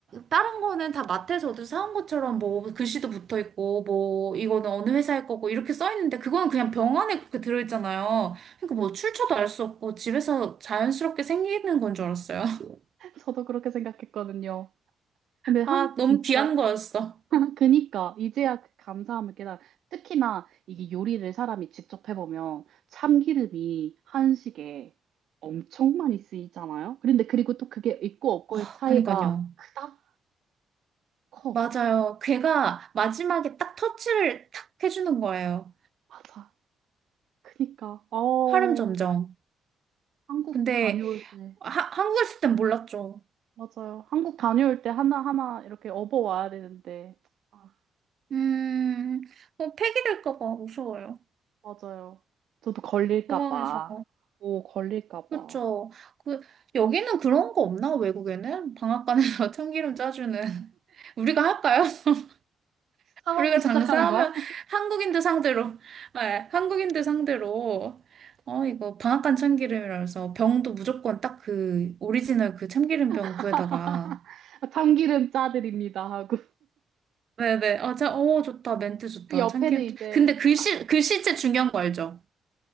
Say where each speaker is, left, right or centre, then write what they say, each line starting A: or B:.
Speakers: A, on the right; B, on the right.
A: 다른 거는 다 마트에서 어디서 사온 것처럼 뭐 글씨도 붙어 있고 뭐 이거는 어느 회사일 거고 이렇게 써 있는데 그거는 그냥 병 안에 그렇게 들어 있잖아요. 그러니까 뭐 출처도 알 수 없고 집에서 자연스럽게 생기는 건 줄 알았어요. <laughs>
B: 저도 그렇게 생각했거든요. 근데 항,
A: 아, 너무
B: 진짜.
A: 귀한 거였어.
B: <laughs> 그니까 이제야 그 감사함을 깨달아. 특히나 이게 요리를 사람이 직접 해보면 참기름이 한식에 엄청 많이 쓰이잖아요. 그런데 그리고 또 그게 있고 없고의
A: 와,
B: 차이가
A: 그니까요.
B: 크다? 커.
A: 맞아요. 걔가 마지막에 딱 터치를 탁 해주는 거예요.
B: 맞아. 그니까 어
A: 화름 점정.
B: 한국
A: 근데
B: 다녀올 때
A: 하, 한국에 있을 땐 몰랐죠.
B: 맞아요. 한국 다녀올 때 하나하나 이렇게 업어와야 되는데 아
A: 음, 뭐 폐기될까 봐 무서워요.
B: 맞아요. 저도 걸릴까
A: 공항에서.
B: 봐. 오 걸릴까 봐.
A: 그쵸. 그, 여기는 그런 거 없나? 외국에는? 방앗간에서 <laughs> 참기름 짜주는. <laughs> 우리가 할까요? <laughs>
B: 사업을
A: 우리가
B: 시작하는
A: 장사하면
B: 거야?
A: 한국인들 상대로, 네, 한국인들 상대로. 어, 이거 방앗간 참기름이라서 병도 무조건 딱 그 오리지널 그 참기름 병
B: <laughs>
A: 구에다가.
B: 참기름 짜드립니다 하고
A: 네네. 아, 자, 오, 좋다. 멘트 좋다.
B: 그 옆에는
A: 참기름.
B: 이제
A: 근데 글씨,
B: 가-
A: 글씨체 중요한 거 알죠?